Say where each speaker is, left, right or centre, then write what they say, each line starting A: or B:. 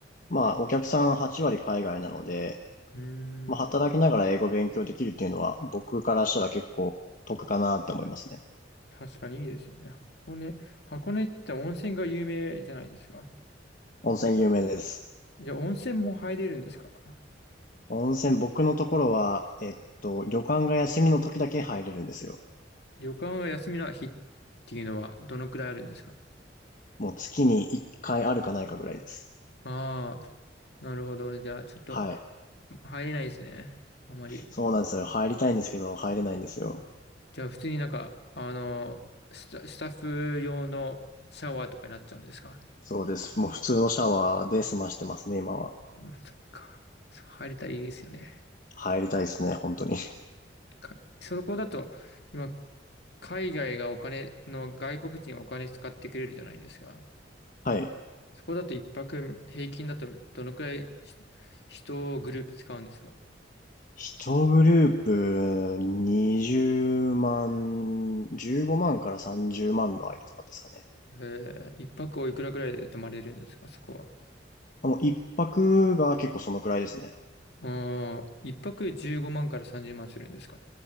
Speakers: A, on the left (about 45°); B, on the left (about 60°).
A: まあ、お客さん8割海外なので、
B: うん。
A: まあ、働きながら英語勉強できるっていうのは、僕からしたら結構得かなって思いますね。
B: 確かにいいですよね。箱根、箱根って温泉が有名じゃないですか。
A: 温泉有名です。
B: じゃあ温泉も入れるんですか
A: 温泉、僕のところは、えっと、旅館が休みの時だけ入れるんですよ。
B: 旅館が休みの日っていうのはどのくらいあるんですか
A: もう月に1回あるかないかぐらいです。
B: ああー、なるほど。じゃあちょっと
A: はい。
B: 入れないですね。あまり。
A: そうなんですよ。入りたいんですけど、入れないんですよ。
B: じゃあ普通になんか、あの、スタ、スタッフ用のシャワーとかになっちゃうんですか
A: そうです。もう普通のシャワーで済ましてますね、今は。
B: あ、そっか。そう、入れたらいいですよね。
A: 入りたいですね、本当に。
B: か、そこだと、今、海外がお金の、外国人がお金使ってくれるじゃないですか。
A: <laughs> はい。
B: そこだと一泊平均だとどのくらいひ人をグループ使うんですか
A: 一グループ20万、15万から30万の間とかですかね。
B: えー、一泊おいくらくらいで泊まれるんですかそこは。
A: もう一泊が結構そのくらいですね。
B: うーん、一泊15万から30万するんですか